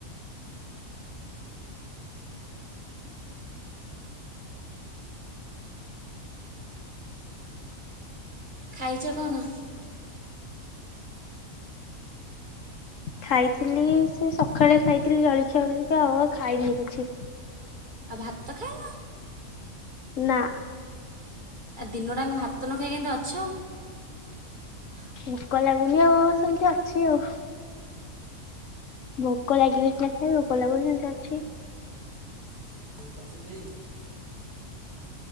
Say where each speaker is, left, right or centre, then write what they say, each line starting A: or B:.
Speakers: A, on the right; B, on the left.
A: ଖାଇଛ କଣ?
B: ଖାଇଥିଲି ସେ ସଖାଳେ ଖାଇଥିଲି ଜଳଖିଆ ହେରିକା ଆଉ ଆଉ ଖାଇନି କିଛି।
A: ଆଉ ଭାତ ଖାଇନ?
B: ନା।
A: ଆ ଦିନଟାଙ୍କ ଭାତ ନ ଖାଇ କେମତି ଅଛ? <inaudible>
B: ଭୋକ ଲାଗୁନି ଆଉ ସେମିତି ଅଛି ଆଉ। ଭୋକ ଲାଗିଲେ ସିନା ଖାଇବ? ଭୋକ ଲାଗୁନି ସେମିତି ଅଛି।
A: <unintelligible>